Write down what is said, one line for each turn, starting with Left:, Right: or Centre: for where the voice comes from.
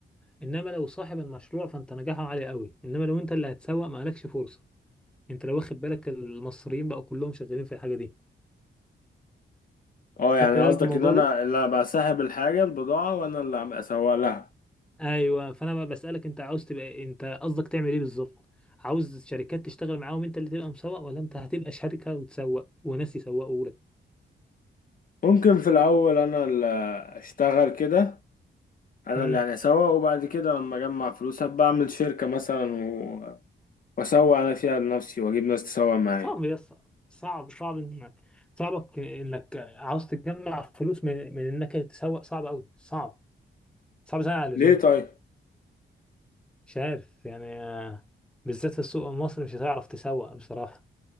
Centre: انما لو صاحب المشروع فانت نجاحه عالي قوي انما لو انت اللي هتسوق ما لكش فرصة انت لو واخد بالك المصريين بقوا كلهم شغالين في الحاجة دي
Left: اه
Centre: خدت
Left: يعني
Centre: بالك
Left: قصدك
Centre: من الموضوع
Left: ان انا
Centre: ده
Left: اللي بسحب الحاجة البضاعة وانا اللي هبقى اسوق لها
Centre: ايوه فانا بقى بسالك انت عاوز تبقى إيه؟ انت قصدك تعمل ايه بالظبط عاوز شركات تشتغل معاهم انت اللي تبقى مسوق ولا انت هتبقى شركه وتسوق وناس يسوقوا لك
Left: ممكن في الأول أنا اللي أشتغل كده أنا
Centre: امم
Left: اللي يعني أسوق وبعد كده لما أجمع فلوس هبقى أعمل شركة مثلا و... وأسوق أنا فيها لنفسي وأجيب ناس تسوق معايا
Centre: صعب يا اسطى. صعب صعب انك صعبك انك عاوز تجمع فلوس من, من انك تسوق صعب قوي صعب صعب زي على اللزوم
Left: ليه طيب؟
Centre: مش عارف يعني آه، بالذات في السوق المصري مش هتعرف تسوق بصراحه